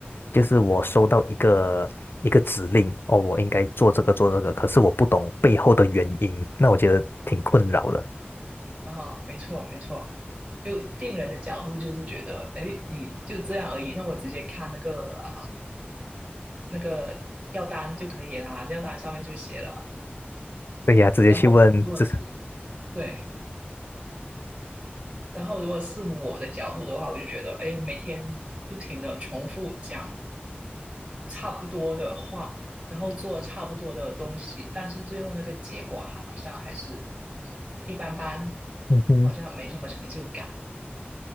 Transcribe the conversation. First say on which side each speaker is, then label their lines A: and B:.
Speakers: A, on the left; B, on the right.
A: 就是我收到一个一个指令，哦，我应该做这个做这个，
B: 啊
A: 可是我不懂背后的原因，那我觉得挺困扰的。
B: 啊啊，没错没错，就病人的角度就是觉得，哎，你就这样而已，那我直接看那个啊那个药单就可以啦，药单上面就写了。
A: 对呀，直接去问这。
B: 然后如果是对，然后如果是我的角度的话，我就觉得，哎，每天不停的重复讲差不多的话，然后做差不多的东西，但是最后那个结果好像还是一般般，
A: <laughs>
B: 好像没什么成就感。